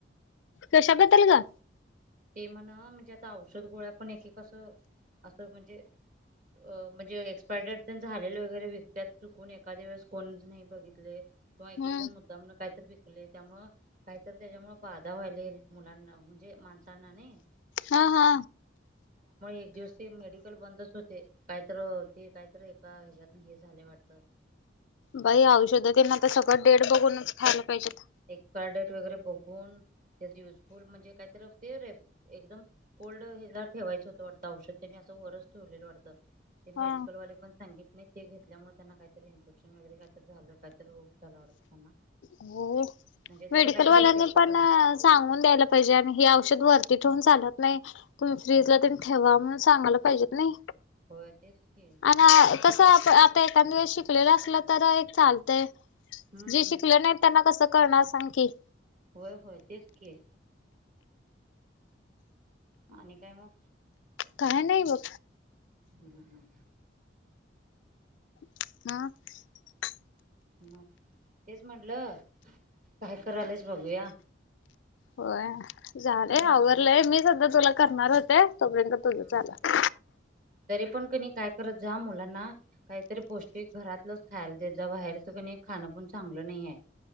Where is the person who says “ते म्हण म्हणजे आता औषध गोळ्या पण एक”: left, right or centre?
Right